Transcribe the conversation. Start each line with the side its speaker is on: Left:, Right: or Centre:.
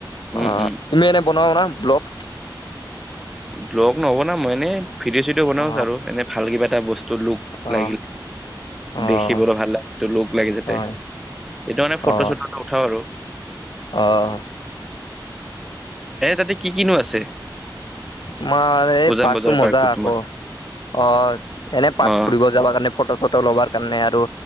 Centre: উম
Left: অ!
Centre: উম
Left: তুমি এনেই বনাও না ব্লক? <inaudible>
Centre: ব্লগ নবনাও মই। এনেই ভিডিঅ'-চিডিঅ বনাও
Left: অ
Centre: আৰু এনেই ভাল কিবা এটা বস্তু লুক
Left: অ
Centre: লাগিলে। <inaudible>
Left: অ
Centre: দেখিবলৈ ভাল লাগেটো লোক লাগে যাতে
Left: হয়
Centre: সেইটো মানে ফটো-চটো
Left: অ
Centre: উঠাও আৰু। <inaudible>
Left: অ! <unintelligible>
Centre: এনেই তাতে কি কি নো আছে? <unintelligible>
Left: তোমাৰ এই
Centre: উজান
Left: পাৰ্কটো
Centre: বজাৰ
Left: মজা
Centre: তোমাৰ
Left: আকৌ। <inaudible> অ! এনেই পাৰ্ট
Centre: অ
Left: ফুৰিব যাব কাৰণে ফটো-চটো <inaudible> ফটো লবৰ কাৰণে আৰু